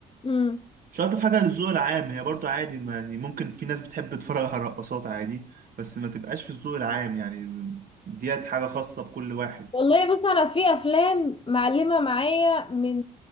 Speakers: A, on the left; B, on the right.
A: امم
B: مش ألطف حاجة للذوق العام هي برضه عادي ما يعني ممكن في ناس بتحب تتفرج على رقصات عادي بس ما تبقاش في الذوق العام يعني ديت حاجة خاصة بكل واحد
A: والله بص انا في افلام معلمة معايا من